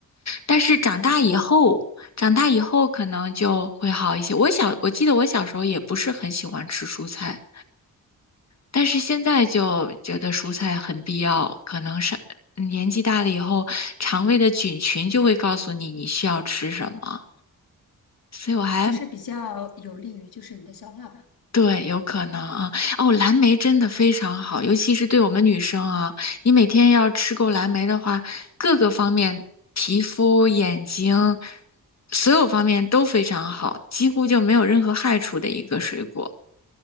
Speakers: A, on the left; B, on the left.
A: 但是长大以后，
B: 啊，
A: 长大以后可能就会好一些。我小，我记得我小时候也不是很喜欢吃蔬菜。但是现在就觉得蔬菜很必要，可能是嗯年纪大了以后，肠胃的菌群就会告诉你你需要吃什么，所以我还
B: 就是比较有利于就是你的消化吧。
A: 对，有可能啊。哦，蓝莓真的非常好，尤其是对我们女生啊，你每天要吃够蓝莓的话，各个方面，皮肤、眼睛，所有方面都非常好，几乎就没有任何害处的一个水果。